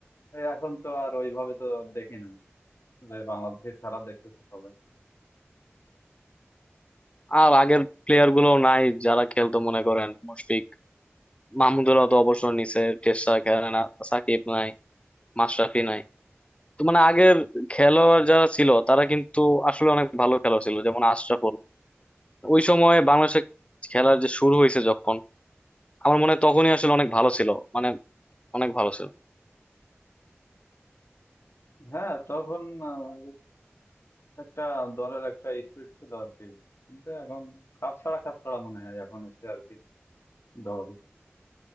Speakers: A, on the left (about 65°); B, on the left (about 25°).
A: এ এখন তো আর ওইভাবে তো দেখি না যে বাংলাদেশের খেলা দেখতেছে সবাই
B: আর আগের প্লেয়ার গুলো নাই যারা খেলতো মনে করেন মুশফিক মাহমুদুলাহ তো অবসর নিছে টেস্ট ছাড়া খেলে না সাকিব নাই মাশরাফি নাই তো মানে আগের খেলোয়াড় যারা ছিল তারা কিন্তু আসলে অনেক ভালো খেলোয়াড় ছিল যেমন আশরাফুল ওই সময় বাংলাদেশে খেলার যে শুরু হয়েছে যখন আমার মনে হয় তখনই আসলে অনেক ভালো ছিল মানে অনেক ভালো ছিল
A: হ্যাঁ তখন আহ, একটা দলের একটা স্পিরিট ছিল আর কি কিন্তু এখন কাপ ছাড়া কাপ ছাড়া মনে হয় এখন এসে আর কি দল